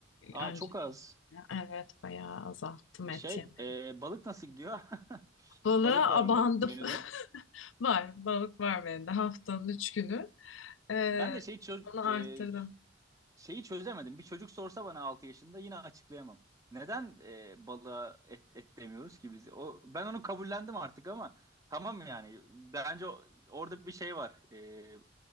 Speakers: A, on the right; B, on the left.
A: Aa
B: önce
A: çok az.
B: Evet bayağı azalttım et
A: Şey,
B: yemeyi.
A: e, balık nasıl gidiyor? <laughs>
B: Balığa
A: Balık var
B: abandım.
A: mı menüde?
B: <laughs> Var balık var bende haftanın 3 günü. Ee,
A: Ben de şeyi çö-
B: onu arttırdım.
A: e, şeyi çözemedim. Bir çocuk sorsa bana 6 yaşında yine açıklayamam. Neden e, balığa et, et demiyoruz ki biz? O, ben onu kabullendim artık ama tamam yani. Bence o- orada bir şey var. E,